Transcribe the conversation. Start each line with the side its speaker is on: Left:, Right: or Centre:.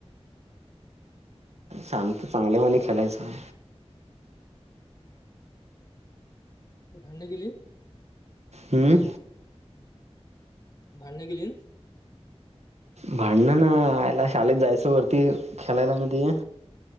Right: शांत, चांगल्यावाणी खेळायचं.
Left: भांडण केली?
Right: हम्म.
Left: भांडण केलीत?
Right: भांडण ना, आयला शाळेत जायचो वरती, खेळायला मध्ये